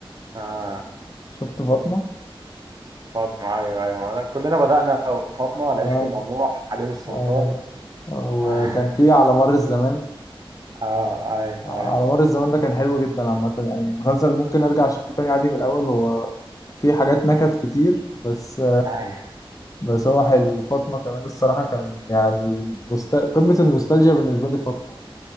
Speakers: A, on the right; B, on the left.
A: آه
B: شفت فاطمة
A: فاطمه ايوه ايوه كلنا بدأنا فاطمه العشق
B: آه.
A: الممنوع حريم السلطان
B: ايوه وكان
A: <laughs> اه
B: في على مر الزمان
A: ايوه
B: على
A: ايوه
B: مر الزمان ده كان حلو جدا عامة يعني مسلسل ممكن ارجع اشوفه تاني عادي من الاول هو في حاجات نكت كتير بس
A: ايوه
B: بس هو حلو وفاطمة كمان الصراحة كان يعني مست... قمة النوستالجيا بالنسبة لي فاطمة